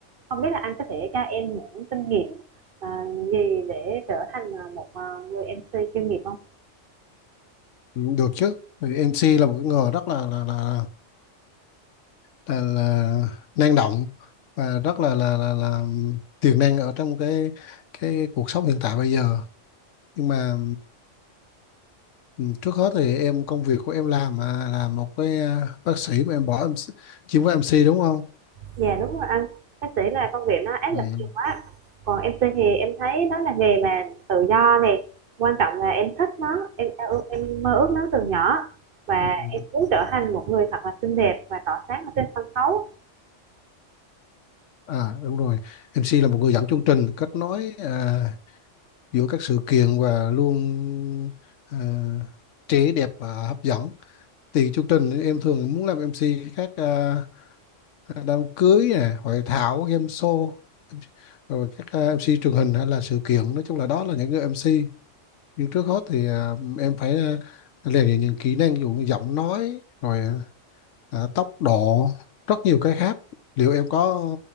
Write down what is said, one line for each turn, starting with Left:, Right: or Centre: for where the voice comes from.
Right: Không biết là anh có thể cho em những kinh nghiệm ờ, gì để trở thành ờ, một ờ, người MC chuyên nghiệp không?
Left: Ừ, được chứ Vì MC là một cái người rất là là là là, là năng động và rất là là là, là tiềm năng ở trong cái cái cuộc sống hiện tại bây giờ nhưng mà ừ, trước hết thì em công việc của em làm mà là một cái à, bác sĩ mà em bỏ em chuyên với MC đúng không
Right: Dạ đúng rồi anh, bác sĩ là công việc nó áp
Left: ừ.
Right: lực nhiều quá. Còn em MC thì em thấy nó là nghề mà tự do này, quan trọng là em thích nó, em em, em mơ ước nó từ nhỏ và
Left: Ừ.
Right: em muốn trở thành một người thật là xinh đẹp và tỏa sáng ở trên sân khấu.
Left: à đúng rồi MC là một người dẫn chương trình kết nối à, giữa các sự kiện và luôn à, trẻ đẹp và hấp dẫn thì chương trình thì em thường muốn làm em MC các à, đám cưới nè, hội thảo, game show, rồi các à, MC truyền hình hay là sự kiện, nói chung là đó là những người em MC. Nhưng trước hết thì à, em phải uh, rèn luyện những kỹ năng ví dụ như giọng nói, rồi à, tốc độ, rất nhiều cái khác. Liệu em có